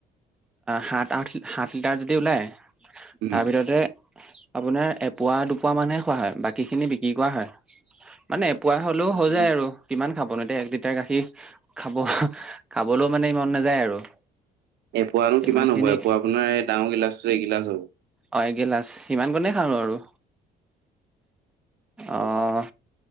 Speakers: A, in the centre; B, on the right.
A: সাত আঠ সাত লিটাৰ যদি ওলাই
B: উম,
A: তাৰ ভিততে আপোনাৰ এপোৱা দুপোৱা মানুহে খোৱা হয় বাকী খিনি বিক্ৰী কৰা হয়। মানে এপোৱা হলেও হৈ
B: উম।
A: যায় আৰু কিমান খাবনতে এক লিটাৰ গাখীৰ খাব খাবলৈও মানে মন নাযায় আৰু।
B: এপোৱানো
A: ইমান
B: কিমান
A: খিনি
B: হ'ব এপোৱা আপোনাৰ এই ডাঙৰ গিলাচটো এগিলাচ হ'ব।
A: অ এগিলাচ সিমান কনে খাওঁ আৰু
B: এপোৱা
A: অহ।